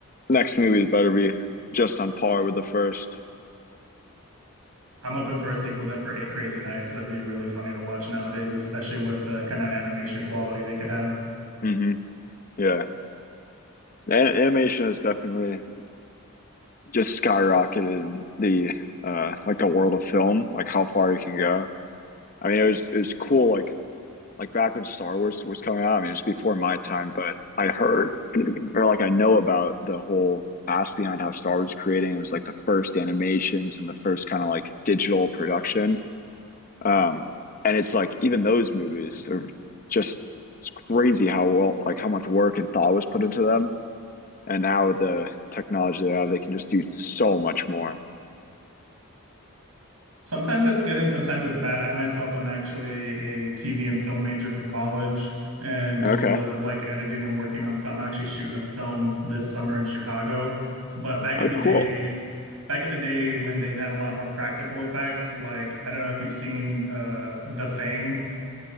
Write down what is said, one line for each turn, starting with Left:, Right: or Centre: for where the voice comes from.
Left: Next movie better be just on par with the 1st
Right: I'm hoping for a sequel then for Eight Crazy Nights. That'd be really funny to watch nowadays, especially with the kind of animation quality they could have.
Left: Mm-hmm. Yeah, animation has definitely just skyrocketed in the uh like the world of film, like how far you can go. I mean, it was it was cool. Like like back when Star Wars was coming out. I mean, it was before my time, but I heard <clears throat> or like I know about the whole past behind how Star Wars was creating. It was like the first animations and the first kind of like digital production. Um, and it's like even those movies are just it's crazy how well like how much work and thought was put into them. And now with the technology they have, they can just do so much more.
Right: Sometimes that's good and sometimes it's bad. I myself am actually a TV and film major from college and
Left: Okay.
Right: do a lot of like editing and working on film. I'm actually shooting a film this summer in Chicago. But back
Left: Oh,
Right: in the
Left: cool.
Right: day, back in the day when they had a lot more practical effects, like I don't know if you've seen uh The Thing.